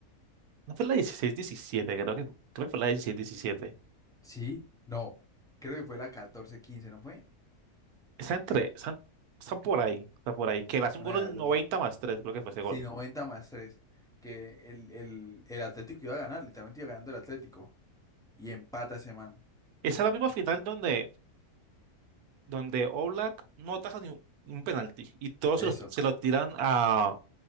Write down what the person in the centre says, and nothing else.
Sí, no, creo que fue la catorce quince, ¿no fue?
Una
de
las dos.
Sí,
90 más 3. que el, el, el Atlético iba a ganar, literalmente iba ganando el Atlético. Y empata ese man.
Eso,